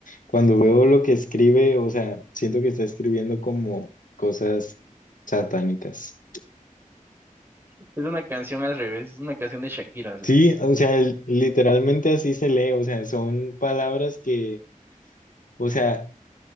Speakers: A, on the left; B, on the right.
A: cuando veo lo que escribe, o sea, siento que está escribiendo como cosas satánicas.
B: Es una canción al revés, es una canción de Shakira al revés,
A: Sí, o sea, l- literalmente así se lee, o sea, son palabras que, o sea,